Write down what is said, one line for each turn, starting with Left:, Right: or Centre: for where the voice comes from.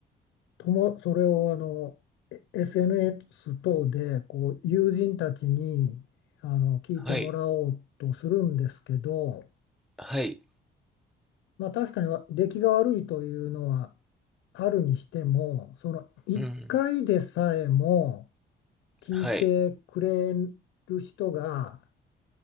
Left: ともそれをあのえ SNS 等でこう友人たちにあの聞いてもらおうとするんですけど
Centre: はい、はい、
Left: まあ確かにわ出来が悪いというのはあるにしても、その1回でさえも
Centre: うん、
Left: 聞いてくれる人が
Centre: はい、